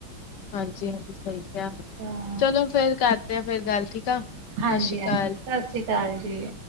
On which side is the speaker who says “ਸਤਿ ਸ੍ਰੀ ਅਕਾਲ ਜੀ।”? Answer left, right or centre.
Right